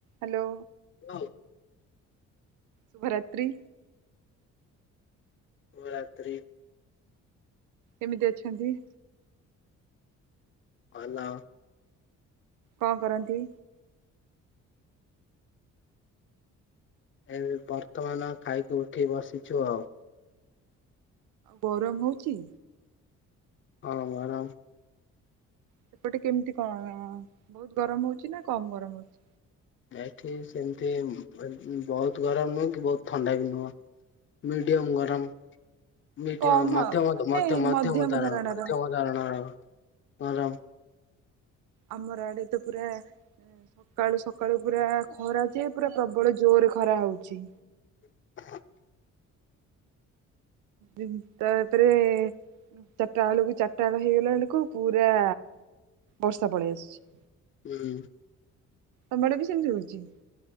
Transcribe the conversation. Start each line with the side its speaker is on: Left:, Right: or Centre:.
Right: Hello.
Left: Hello.
Right: ଶୁଭରାତ୍ରି।
Left: ଶୁଭରାତ୍ରି।
Right: କେମିତି ଅଛନ୍ତି?
Left: ଭଲ।
Right: କଣ କରନ୍ତି?
Left: ଏବେ ବର୍ତ୍ତମାନ ଖାଇକି ଉଠି ବସିଛୁ ଆଉ।
Right: ଗରମ୍ ହୋଉଚି?
Left: ଅ ଗରମ୍।
Right: ସେପଟେ କେମତି କଣ ବହୁତ୍ ଗରମ୍ ହୋଉଚି ନା କମ୍ ଗରମ୍ ହୋଉଚି?
Left: ଏଇଠି ସେମତିି ଏ ବହୁତ୍ ଗରମ୍ ନୁହଁ କି ବହୁତ ଥଣ୍ଡା ବି ନୁହଁ। ମିଡିଅମ ଗରମ ମିଡିଅମ
Right: କମ
Left: ମଧ୍ୟମତ୍
Right: ଆଉ ମାନେ
Left: ମଧ୍ୟ ମଧ୍ୟ
Right: ମଧ୍ୟମ
Left: ମତାର
Right: ଧରଣର
Left: ମଧ୍ୟମତ୍ ଧରଣର ଗରମ୍।
Right: ଆମର୍ ଆଡ଼େ ତ ପୁରା ଏ ସ ସକାଳୁ ସକାଳୁ ପୁରା ଖରା ଯେ ପୁରା ପ୍ରବଳ ଜୋର୍ ରେ ଖରା ହୋଉଚି।
Left: <inaudible>
Right: ଦିନ୍ ତାପରେ ଚାରଟା ବେଳକୁ ଚାରଟା ବେଳ ହେଇଗଲା ବେଳକୁ ପୁରା ବର୍ଷା ପଳେଇ ଆସୁଚି।
Left: କରିବୁ।
Right: ତମ ଆଡ଼େ ବି ସେମତି ହୋଉଚି?